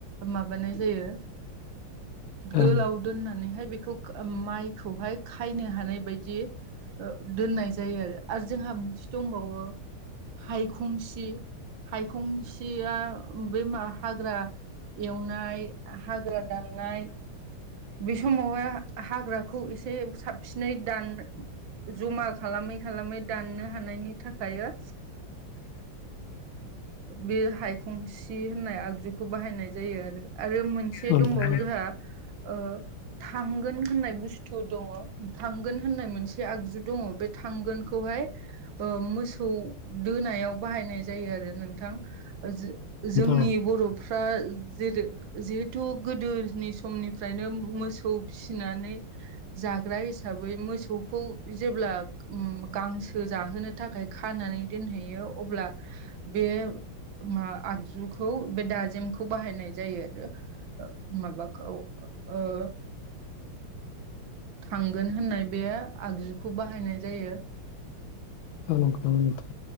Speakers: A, on the right (about 70°); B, on the left (about 75°).
A: माबानाय जायो
B: ओं
A: गोलाव
B: औ
A: दोननानैहाय बेखौ माइखौहाय खायनो हानाय बायदि दोननाय जायो आरो आरो जोंहा मोनसे दंबावो हायखंसि हायखंसिया बे मा हाग्रा एवनाय हाग्रा दाननाय बे समावहाय हाग्राखौ एसे साबसिनै दान जमा खालामै खालामै दाननो हानायनि थाखायो बे हाय खंसि होननाय आगजुखौ बाहायनाय जायो आरो आरो मोनसे
B: नोंथां
A: दंबावो जोंहा ओ। थांगोन होननाय बुस्थु दङ थांगोन होननाय मोनसे आगजु दङ बे थांगोनखौहाय। मोसौ दोनायाव बाहायनाय जायो आरो। नोंथां जों जोंनि
B: औ
A: बर'फ्रा। जेरै जिहेथु गोदोनि समनिफ्रायनो मोसौ फिसिनानै। जाग्रा हिसाबै मोसौखौ जेब्ला। उम गांसो जाहोनो थाखाय खानानै दोनहैयो अब्ला बे मा आगजुखौ बे दाजेमखौ बाहायनाय जायो आरो माबाखौ ओ थांगोन होननाय बे आगजुखौ बाहायनाय जायो
B: औ नोंथां औ नंगौ नोंथां